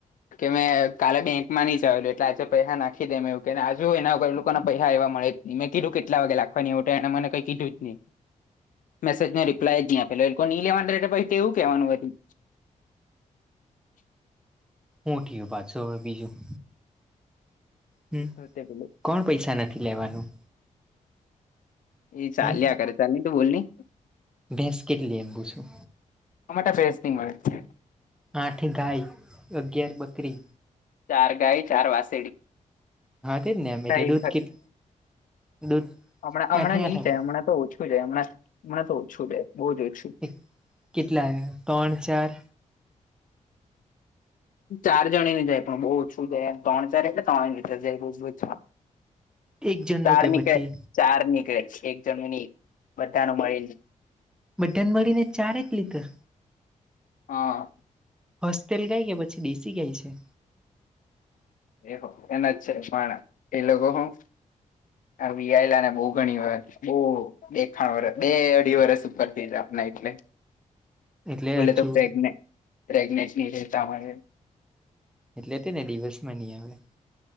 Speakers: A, on the left (about 80°); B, in the centre.
A: કે મેં કાલે બેંકમાં નની જાવલું એટલે આજે પૈહા નાખી દેમ એવું કે ને આજુ એના વગર લોકોના પૈહા એયવા મળે મેં કીધું કેટલા વાગે લાખવાની એવુ ત એણે મને કઈ કીધું જ ની મેજનો રિપ્ય ની આપેલો એલોકોની લેવાન રે ત પહી તેવુ કરવાનું વરી
B: હું ઠીયું પાછુ હવે બીજું?
A: હતું
B: હમ કોણ પૈસા નથી લેવાનું?
A: એ ચાલ્યા
B: હમ
A: કરે ચાલ ની તું બોલની?
B: ભેંસ કેટલી એમ પુછું?
A: અમેટા ભેસ ની મળે
B: આઠ ગાય અગિયાર બકરી
A: ચાર ગાય ચાર વાસ
B: હા તેજ ને એમ એટલે
A: એ
B: દૂધ કેટ દૂધ
A: અમણા અમણાં
B: આઠે આઠ
A: નીચે
B: આપે
A: અમણાં તો ઓછું રે અમણાં અમણા તો ઓછું રે બો જ ઓ
B: એક કેટલા ત્રણ ચાર?
A: ચાર જણી ને જાય પણ બહુ ઓછું જાય તણ ચાર એટલે ત્રણ ની લીતર જાય બોજ બોજ
B: એક જણનું
A: ચાર
B: કે
A: નીકળે
B: પછી
A: ચાર નીકળે એક જણની બધા નુ મળીને
B: બઢાને મળી ને ચાર જ લીટર?
A: હ.
B: હોસ્ટેલ ગાય કે પછી દેશી ગાય છે?
A: <unintelligible> એના જ છે પણ એ લોકો હું આ વીયાયલા ને બો ઘણી વાર બો બે ખાણ વરસ બે અઢી વરસ ઉપર થઈ જાવાના એટલે
B: એટલે
A: બોલે
B: હજુ
A: તો પ્રગને પ્રેગનેટ ની રેતા હોય એ
B: એટલે તે ને દિવસમાં ની આવે